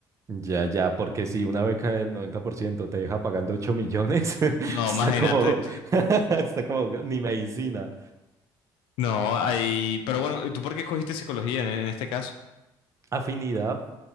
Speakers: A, on the right; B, on the left.
A: Ya, ya, porque si una beca del 90% te deja pagando 8 millones, <laughs>
B: No,
A: está
B: imagínate.
A: como, <laughs> está como ni medicina.
B: No, ahí, pero bueno, ¿y tú por qué escogiste psicología en en este caso?
A: Afinidad.